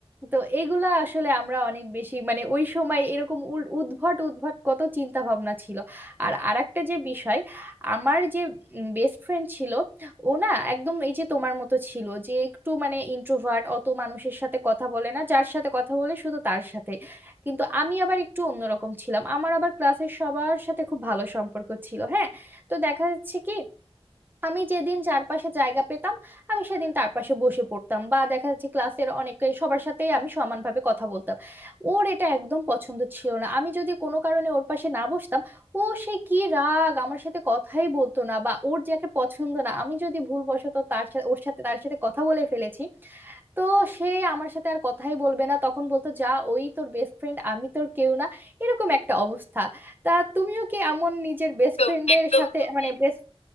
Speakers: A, on the right; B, on the left.
A: তো এগুলা আসলে আমরা অনেক বেশি মানে ওই সময় এরকম উল- উদ্ভট উদ্ভট কত চিন্তা ভাবনা ছিল আর আরেকটা যে বিষয় আমার যে বেস্ট ফ্রেন্ড ছিল ও না একদম এই যে তোমার মতো ছিল যে একটু মানে ইন্ট্রোভার্ট অত মানুষের সাথে কথা বলে না যার সাথে কথা বলে শুধু তার সাথে কিন্তু আমি আবার একটু অন্যরকম ছিলাম আমার আবার ক্লাসের সবার সাথে খুব ভালো সম্পর্ক ছিল হ্যাঁ তো দেখা যাচ্ছে কি আমি যেদিন চারপাশে জায়গা পেতাম আমি সেদিন তার পাশে বসে পড়তাম বা দেখা যাচ্ছে ক্লাসের অনেকে সবার সাথেই আমি সমানভাবে কথা বলতাম ওর এটা একদম পছন্দ ছিল না আমি যদি কোনো কারণে ওর পাশে না বসতাম ও সে কি রাগ আমার সাথে কথাই বলতো না বা ওর যাকে পছন্দ না আমি যদি ভুলবশত তার সাথে ওর সাথে তার সাথে কথা বলে ফেলেছি তো সে আমার সাথে আর কথাই বলবে না তখন বলতো যা ওই তোর বেস্ট ফ্রেন্ড আমি তোর কেউ না এরকম একটা অবস্থা তা তুমিও কি এমন নিজের বেস্ট
B: একদম
A: ফ্রেন্ডের
B: একদম
A: সাথে
B: তুমি
A: মানে বেস্ট